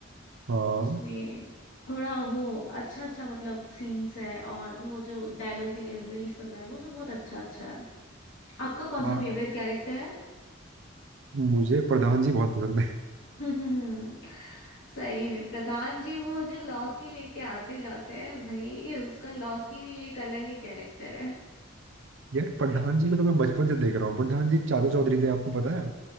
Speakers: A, on the right (about 70°); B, on the left (about 75°).
A: हाँ
B: उसमें थोड़ा वो अच्छा अच्छा मतलब सीन्स है और वो जो डायलॉग डिलीवरी सब है वो सब बहुत अच्छा अच्छा है आपका कौन
A: हाँ
B: सा फेवरेट कैरेक्टर है
A: मुझे प्रधान जी बहुत पसंद है
B: <laughs> सही में प्रधान जी वो जो लौकी लेके आते जाते हैं भाई उसका लौकी भी एक अलग ही कैरेक्टर है
A: <laughs> यार प्रधान जी को तो मैं बचपन से देख रहा हूँ प्रधान जी चाचा चौधरी थे आपको पता है